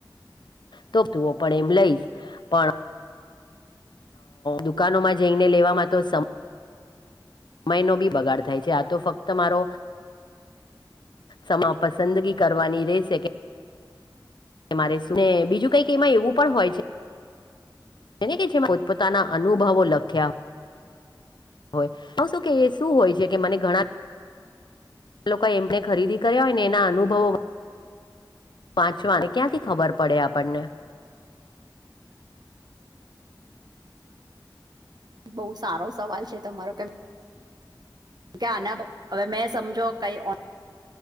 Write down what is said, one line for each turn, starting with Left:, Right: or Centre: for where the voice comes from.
Left: તો તું પણ એમ લઈશ પણ દુકાનોમાં જઈને લેવામાં તો સમ સમયનો બી બગાડ થાય છે આ તો ફક્ત મારો સમા પસંદગી કરવાની રહેશે મારે શું ને બીજું કઈક એમાં એવું પણ હોય છે જેને કે છેમાં પોતપોતાના અનુભવો લખ્યા હો હ શું કે એ શું હોય છે કે મને ઘણા લોકો એમને ખરીદી કર્યા હોય ને એના અનુભવો વાંચવા અને ક્યાંથી ખબર પડે આપણને
Right: બહુ સારો સવાલ છે તમારો કેમ કે આના હવે મેં સમજો કઈ